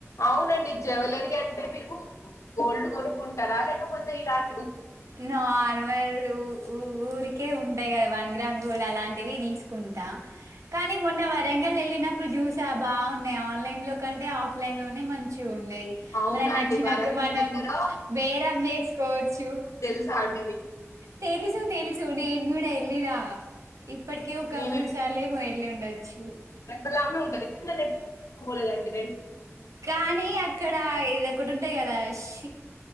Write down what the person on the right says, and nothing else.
నార్మల్ ఉ ఊరికే ఉంటయి కదా వన్ గ్రామ్ గోల్డ్ అలాంటివి తీసుకుంటా కానీ మొన్న వరంగల్ వెళ్ళినప్పుడు జూసా బాగున్నయ్ ఆ ఆన్లైన్ లో కంటే ఆఫ్లైన్ లోనే మంచిగు న్నయి
మనకి నచ్చినట్టు
మనం
బేరం చేసుకోవచ్చు
తెలుసు తెలుసుు నేన్ కూడా ఎలినా ఇప్పటిక ఒక
మూడు సార్లు ఏమో ఎల్లి ఉండొచ్చు
కానీ అక్కడ ఇది ఒకటి ఉంటది కదా ఇష్